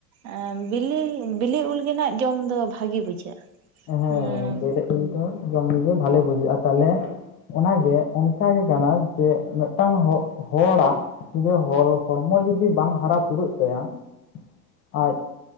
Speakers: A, on the right; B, on the left.
A: ᱮ ᱵᱤᱞᱤ ᱵᱤᱞᱤ ᱩᱞ ᱜᱮ ᱱᱟᱜ ᱡᱚᱢ ᱫᱚ ᱵᱷᱟᱜᱮ ᱵᱩᱡᱷᱟᱹᱜᱼᱟ।
B: ᱦᱮᱸ
A: ᱦᱩᱸ
B: ᱵᱮᱞᱮ ᱩᱞ ᱫᱚ ᱡᱚᱢ ᱜᱮ ᱵᱷᱟᱞᱮ ᱵᱩᱡᱷᱟᱹᱜᱼᱟ᱾ ᱛᱟᱦᱟᱞᱮ ᱼᱼ ᱚᱱᱟᱜᱮ ᱚᱱᱠᱟ ᱜᱮ ᱠᱟᱱᱟ ᱡᱮ ᱢᱮᱜᱴᱟᱝ ᱦᱚᱜ ᱦᱚᱲ-ᱟᱜ ᱼᱼ ᱤᱭᱟᱹ ᱦᱚᱞ ᱦᱚᱲᱢᱚ ᱡᱩᱫᱤ ᱵᱟᱝ ᱦᱟᱨᱟ ᱯᱩᱨᱟᱹᱜ ᱛᱟᱭᱟ ᱼᱼ ᱟᱡ